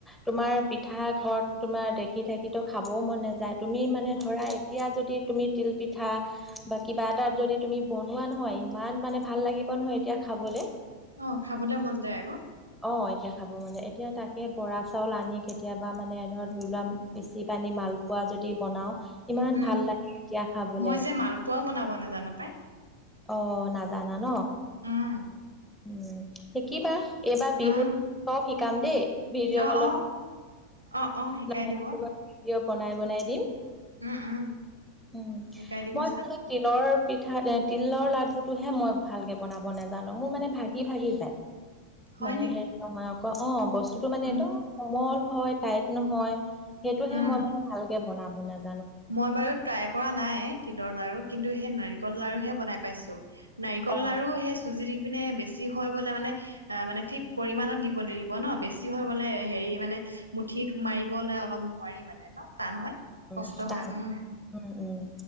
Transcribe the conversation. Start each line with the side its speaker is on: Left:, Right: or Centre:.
Centre: তোমাৰ পিঠা ঘৰত তোমাৰ দেখি থাকি ত খাবও মন নাযায়। তুমি মানে ধৰা এতিয়া যদি তুমি তিলপিঠা বা কিবা এটা যদি তুমি বনোৱা নহয় ইমান মানে ভাল লাগিব নহয় এতিয়া। খাবলে।
Right: অ খাবলৈ মন যায় আক।
Centre: অ এতিয়া খাব মন যায়, এতিয়া তাকে বৰা চাউল আনি কেতিয়াবা মানে ধ ধৰি লোৱা পিচি পানি মাল উদ পোৱা যদি বনাও। ইমান
Right: উম,
Centre: ভাল লাগে এতিয়া খাবলে।
Right: মই যে মালপোৱাও বনাব নাজানো পাই।
Centre: অ নাজানা ন।
Right: উম।
Centre: উম শিকিবা এইবাৰ বিহুত
Right: উম,
Centre: অলপ শিকাম দেই ভিডিঅ'
Right: অ',
Centre: কলত।
Right: অ', অ', অ', শিকাই
Centre: <unintelligible>
Right: দিব।
Centre: বনাই বনাই। দিম
Right: উম, উম,
Centre: ওম
Right: শিকাই দিবচোন।
Centre: মই খালি তিলৰ পিঠা তি- তিলৰ লাডুটোহে মই ভালকে বনাব নাজানো। মোৰ মানে ভাগি ভাগি যায়।
Right: হয়
Centre: মানে
Right: নি?
Centre: হেৰি নহয় অক অ বস্তুটো মানে
Right: উম,
Centre: একদম কোমল হয়। টাইট নহয়। সেইটোহে
Right: উম,
Centre: মই মানে ভালকে বনাব নাজ-
Right: মই বাৰু ট্ৰাই কৰা নাই তিলৰ লাৰু, কিন্তু সেই নাৰিকল লাৰুহে বনাই পাইছো। নাৰিকল
Centre: অ
Right: লাৰু সে চুজি দি পিনে বেছি হৈ গলে মানে এ মানে ঠিক পৰিমাণত দিব লাগিব ন। বেছি হৈ গলে হেৰি মানে মুঠিত মাৰিবলে অলপ নোৱাৰি মানে ন টান হয়।
Centre: উম
Right: কষ্ট
Centre: ডাঙ
Right: হয়। উম,
Centre: উম উম।